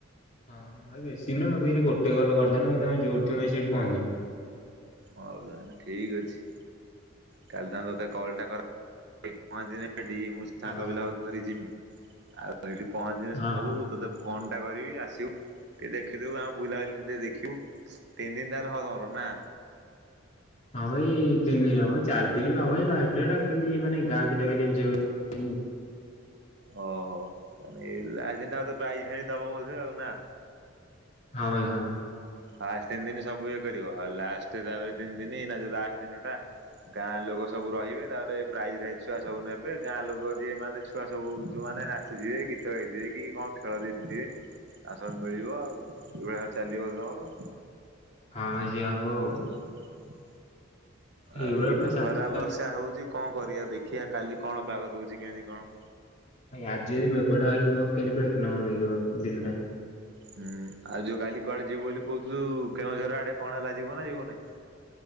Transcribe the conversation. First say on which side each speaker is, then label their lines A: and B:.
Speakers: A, on the left; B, on the right.
A: ହଁ ହୁଁ ୟେ ବେଶୀ ନୁହ ମତେଲି ଗୋଟେ ଗଲ କରିଦେଲେ ଭାଇ ତମେ ଯୋଉଠି ଥିବ ସେଇଠି ପହଞ୍ଚିମି।
B: ହଁ ତାହେଲେ ଠିକ୍ ଅଛି। କାଲି ତାଙ୍କ ତତେ କଲ୍ଟା କର ପହଞ୍ଚିନେଇକି ମୁଁ ସାଙ୍ଗ
A: ହଁ
B: ପିଲା କୁ ଧରି ଯିମି। ଆଉ ଏଇଠି ପହଞ୍ଚିବେ
A: ହଁ
B: ସବୁତ୍
A: ହଁ।
B: ତତେ ଫୋନ୍ ଟା କରିବି ଆସିବୁ ଟିକେ ଦେଖିଦବୁ ଆଉ ବୁଲାବୁଲି ଟିକେ ଦେଖିବୁ। ତିନିଟା <unintelligible> ଦିନ ତାହେଲେ ହଉ ତମର ନା
A: ହଁ ଭାଇ ତିନି ଦିନ ହବ ଚାର୍ ଦିନ୍ ବି ହବ ଏଇ ଲା ଦିନଟା ଖାଲି ମାନେ ଗାଁ ପିଲା ଖାଲି ଏନ୍ଞୟ ଆଇୟୁ
B: ଓହୋ ତାହେଲେ <unintelligible> ପ୍ରାଇ ଫାଇଜ୍ ଦବ ବୋଧେ ଆଉ ନା।
A: ହଁ ଭାଇ ହଁ।
B: ଫାଷ୍ଟ ତିନି ଦିନ ସବୁ ଇଏ କରିବ ଆଉ ଲାଷ୍ଟ ତାପରେ ତିନି ଦିନି ନା ଯୋଉ ଲାଷ୍ଟ ଦିନ ଟା ଗାଁ ଲୋକ ସବୁ ରହିବେ ତାପରେ ପ୍ରାଇଜି ଫ୍ରାଇଜି ଛୁଆ ସବୁ ନେବେ ଗାଁ ଲୋକ ଯିଏ ମାନେ ଛୁଆ ସବୁ ଯୋଉମାନେ ନା ଛେ ଯିଏ ଗୀତ ଗାଇ ଦିଏ କି କଣ ଖେଳ ରିତ୍ ଦିଏ। ଆ ସବୁ ମିଳିବ ଆଉ ଏଇଭଳିଆ ଚାଲିବ ତମର।
A: ହଁ ମେ ଯିଆ ହବ ଆଉ।
B: <inaudible> ଆଉ
A: ଏଇଭଳିଆ
B: ଏଇତ
A: ପୁରା ଚାଲିଚି।
B: ଖରା ବର୍ଷା ହଉଛି କଣ କରିବା ଦେଖିବା କାଲି କଣ ପାଗ ଦଉଛି କେଇନ୍ତି କଣ।
A: ଭାଇ ଆଜି ଯଦି ମେଘ ନାଇଁ ଯିବ କାଲି ପୁରା ଏକ ନମ୍ବର ଲାଗିବ ଦିନଟା।
B: ହୁଁ ଆଉ ଯୋଉ କାଲି କୁଆଡ଼େ ଯିବୁ ବୋଲି କହୁଥୁଲୁ କେଉଁଝର ଆଡ଼େ କଣ ହେଲା ଯିବୁ ନା ଯିବୁନି?